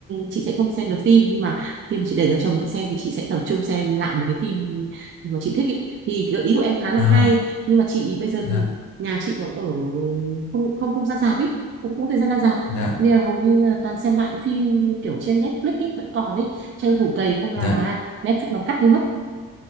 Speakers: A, on the right; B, on the left.
A: chị sẽ không xem được phim nhưng mà khi mà chị để cho chồng chị xem thì chị sẽ tập trung xem lại một cái phim mà chị thích ý. thì gợi ý của em khá là
B: đó
A: hay nhưng mà chị bây giờ
B: dạ
A: thì nhà chị có ở không không không ra rạp ấy cũng không thời gian ra rạp
B: dạ
A: nên là hầu như là toàn xem lại phim kiểu trên Netflix ấy vẫn còn ấy tranh thủ cày không là
B: dạ
A: Netflix nó cắt đi mất